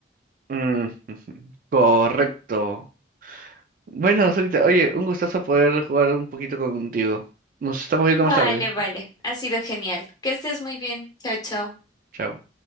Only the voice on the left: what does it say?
Vale,
vale, ha sido genial. Que estés muy bien. Chao, chao.